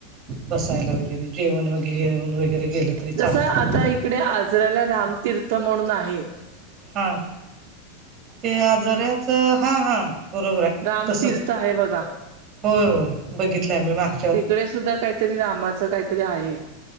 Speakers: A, on the right; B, on the right.
A: बसायला वगैरे जेवण मग घेऊन वगैरे गेलं तरी चालतं
B: जसं आता इकडे आजराला रामतीर्थ म्हणून आहेत.
A: हा ते आजाऱाच हा हा बरोबर आहे
B: रामतीर्थ
A: तसंच
B: आहे बघा.
A: होय होय बघितलं आहे मी माग
B: तिकडे सुद्धा काहीतरी रामाचं काहीतरी आहे